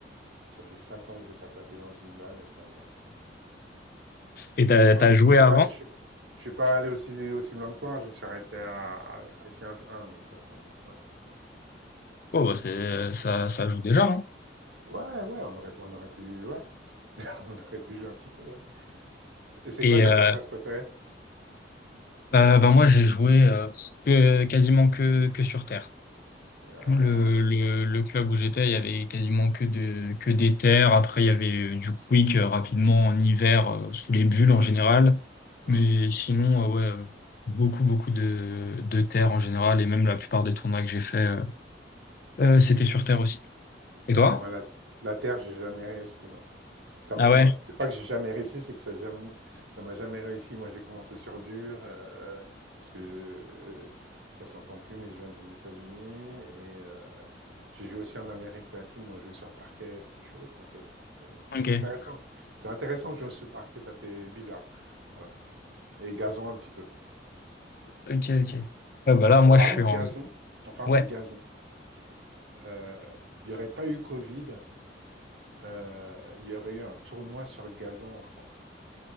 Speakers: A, on the right; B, on the left.
A: ça fait cinq ans que j'ai pas tapé dans une balle et ça me manque.
B: Et t'as
A: Bon, moi,
B: t'as
A: je
B: joué
A: ne suis
B: avant?
A: pas, je, je suis pas allé aussi, aussi loin que toi. hein. Je me suis arrêté à, à, à 15-1. Donc, euh, bon, ouais.
B: Oh bah c'est ça ça joue déjà. hein.
A: Ouais, ouais, on aurait, on aurait pu, ouais, <laughs> on aurait pu jouer un petit peu, ouais. Et c'est
B: Et
A: quoi ta
B: euh,
A: surface préférée?
B: bah, bah, moi j'ai joué euh, que- quasiment que que sur terre.
A: Ouais,
B: Le,
A: ouais.
B: le, le club où j'étais, il y avait quasiment que de, que des terres. Après, il y avait euh, du quick euh, rapidement en hiver euh, sous les bulles en général.
A: Hmm.
B: Mais sinon, euh, ouais, euh, beaucoup, beaucoup de, de terre en général. Et même la plupart des tournois que j'ai fait, euh, euh, c'était sur terre aussi. Et
A: Ouais,
B: toi?
A: moi, la, la terre, j'ai jamais réussi, moi. Ça m
B: Ah
A: du
B: ouais?
A: moins, c'est pas que j'ai jamais réussi, c'est que ça jamais ça m'a jamais réussi. Moi, j'ai commencé sur dur, heu, parce que, heu, ça s'entend plus, mais je viens des États-Unis et heu, j'ai joué aussi en Amérique latine, mais on jouait sur parquet, c'était chaud, quoi, tu vois? C'est c'est
B: Ok.
A: c'est intéressant. C'est intéressant de jouer sur parquet, ça fait bizarre, voilà et gazon un petit peu
B: Ok, ok. Ouais, bah là,
A: et
B: moi,
A: en parlant
B: je suis
A: de
B: en.
A: gazon en parlant
B: Ouais.
A: de gazon, heu, il n'y aurait pas eu covid, heu, il y aurait eu un tournoi sur gazon en France.